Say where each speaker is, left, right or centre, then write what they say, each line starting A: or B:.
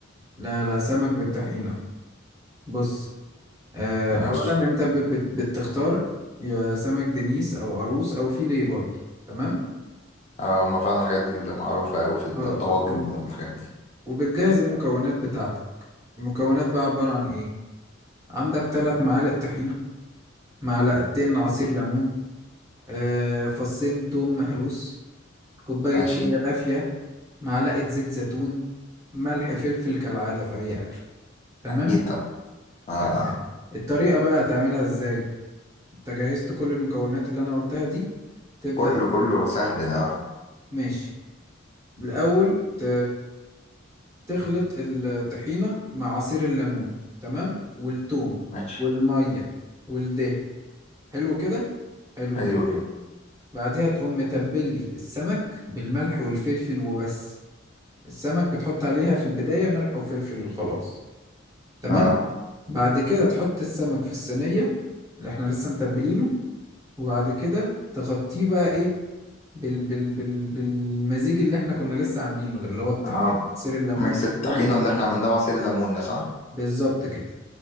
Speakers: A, on the right (about 15°); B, on the left (about 30°).
A: لا لا سمك بالطحينة بص آه
B: ماشي
A: أولا أنت بت بت بتختار يا سمك دنيس أو قاروص أو فيليه برضه تمام
B: اه ما فعلا الحاجات دي اللي معروفه قوي في الطواجن
A: اه وب-
B: والحاجات دي
A: وبتجهز المكونات بتاعتك المكونات بقى عبارة عن إيه عندك ثلاث معالق طحينة معلقتين عصير ليمون آه فصين توم مهروس كوباية
B: ماشي
A: مية دافية معلقة زيت زيتون ملح فلفل كالعادة في أي أكل تمام
B: اكيد طب اه آه.
A: تمام الطريقة بقى هتعملها إزاي أنت جهزت كل المكونات اللي أنا قلتها دي تبدأ
B: كله كله سهل ده اه
A: ماشي الأول ت... تخلط الطحينة مع عصير الليمون تمام والثوم
B: ماشي
A: والمية والدهن حلو كده حلو
B: حلو
A: كده
B: كده
A: بعدها تقوم متبلي السمك بالملح والفلفل وبس السمك بتحط عليها في البداية ملح وفلفل وخلاص تمام
B: اه
A: بعد كده تحط السمك في الصينية اللي احنا لسه متبلينه وبعد كده تغطيه بقى ايه بال بال بال بالمزيج اللي احنا كنا لسه عاملينه ده اللي هو الطحين
B: اه
A: عصير الليمون
B: ميكس
A: والثوم
B: الطحينه
A: وال-
B: اللي احنا عملناه بعصير الليمون ده صح
A: بالظبط كده